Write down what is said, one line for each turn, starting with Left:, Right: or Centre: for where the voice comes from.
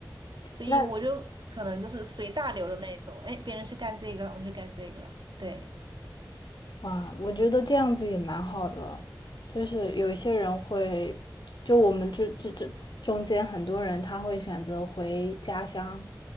Right: 所以我就可能就是随大流的那种，
Left: 那
Right: 哎，别人去干这个了，我去干这个了，对，
Left: 哇，我觉得这样子也蛮好的，就是有一些人会，就我们这这这中间很多人他会选择回家乡，